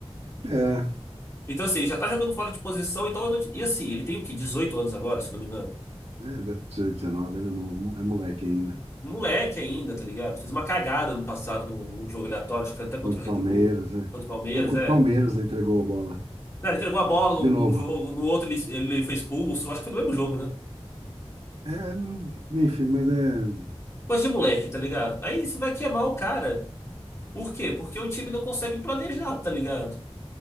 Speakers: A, on the right; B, on the left.
A: É,
B: Então, assim, ele já tá jogando fora de posição, então. eu não- E assim, ele tem o quê? dezoito anos agora, se não me engano.
A: é, 19, ele é novo, é moleque ainda.
B: Moleque ainda, tá ligado? Fez uma cagada no passado num num jogo aleatório, acho que foi até contra
A: Contra
B: o
A: o
B: Red
A: Palmeiras,
B: Bull,
A: é.
B: contra o Palmeiras,
A: Não, contra
B: é.
A: o Palmeiras, né, entregou a bola.
B: Não, ele entregou a bola num
A: De novo.
B: num jogo, no outro ele, ele foi expulso. Acho que foi no mesmo jogo, né?
A: É, hum, enfim, mas é.
B: Coisa de moleque, tá ligado? Aí você vai queimar o cara. Por quê? Porque o time não consegue planejar, tá ligado?